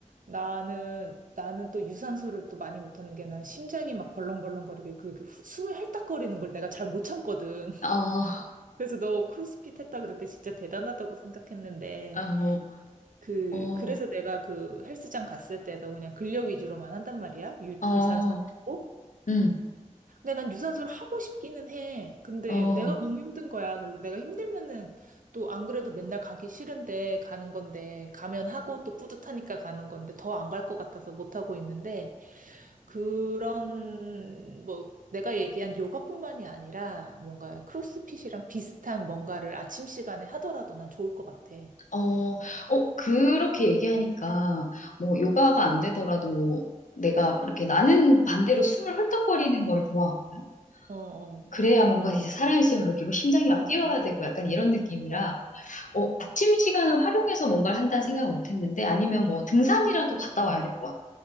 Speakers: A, on the right; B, on the left.
A: 나는 나는 또 유산소를 또 많이 못하는 게 난 심장이 막 벌렁벌렁거리게 그, 그 후- 숨을 헐떡거리는 걸 내가 잘 못 참거든. <laughs>
B: 어,
A: 그래서 너 크로스핏 했다 그럴 때 진짜 대단하다고 생각했는데
B: 어,
A: 그
B: 어,
A: 그래서 내가 그 헬스장 갔을 때도 그냥 근력 위주로만 한단 말이야. 유,
B: 어,
A: 유산소. 하고.
B: 음,
A: 근데 난 유산소를 하고 싶기는 해. 근데
B: 어.
A: 내가 너무 힘든 거야. 그리고 내가 힘들면은 또 안 그래도 맨날 가기 싫은데 가는 건데 가면 하고 또 뿌듯하니까 가는 건데 더 안 갈 것 같아서 못 하고 있는데 그런 뭐 내가 얘기한 요가뿐만이 아니라 뭔가 크로스핏이랑 비슷한 뭔가를 아침 시간에 하더라도 난 좋을 것 같아.
B: 어, 어, 그렇게 얘기하니까, 뭐, 요가가 안 되더라도 내가 이렇게 나는 반대로 숨을 헐떡거리는 걸 좋아하거든.
A: 어, 어,
B: 그래야 뭔가 이제 살아있음을 느끼고 심장이 막
A: 어, 어,
B: 뛰어야 되고 약간 이런 느낌이라,
A: 어, 어.
B: 어, 아침 시간을 활용해서 뭔가를 한다는 생각을 못 했는데, 아니면 뭐 등산이라도 갔다 와야 될 것 같아.